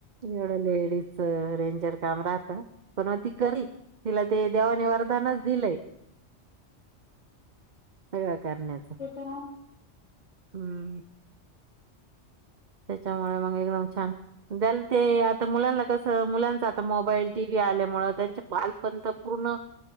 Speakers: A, on the right; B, on the left.
A: एवढं लेडीजच रेंजर काम राहत. पण मग ती करिल तिला ते देवा निव, त्यानच दिले सगळत करण्याच
B: ते तर आहे
A: हम्म! त्याच्यामुळे मग एकदम छान! त्याल, ते आता मुलांना कस मुलांचा आता मोबाईल टीव्या आल्यामुळे त्यांचे बालपंत पूर्ण,